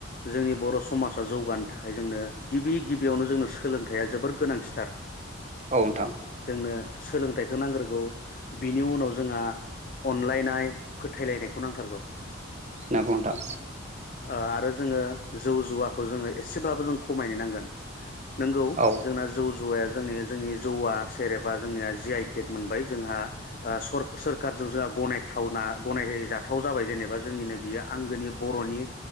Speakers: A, on the left; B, on the right.
A: जोंनि बर' समाजा जौगानो थाखाय जोंनो गिबि गिबियावनो जोंनो सोलोंथाइया जोबोर गोनांथिथार
B: औ नोंथां।
A: जोंनो सोलोंथाइखौ नांग्रोगौ बिनि उनाव जोंहा अनलायनाय फोथायलायनायखौ नांथारगौ।
B: नंगौ नोंथां
A: ओ आरो जोङो जौ जुवाखौ जोङो एसेब्लाबो जों खमायनो नांगोन नोंगौ
B: औ
A: जोंना जौ जुवाया जोंनि जोंनि जौआ सेरेबा जोंनिया जि आइ टेक मोनबाय जोंहा सोरखारजों जोंहा गनायथावना गनायजाथाव जाबाय जेनेबा जोंनिनो बियो आंगोनि बर'नि